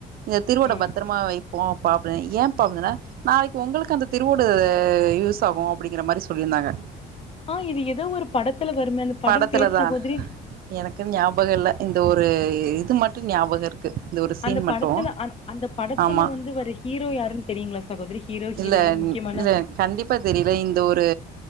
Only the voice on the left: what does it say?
ஆ
ஆ இது ஏதோ ஒரு படத்துல வருமே அந்த படம்
பேரு சகோதரி
அந்த
படத்துல அந் அந்த படத்துல
வந்து வர ஹீரோ யாருன்னு தெரியுங்களா சகோதரி ஹீரோ ஹீரோயின்
முக்கியமான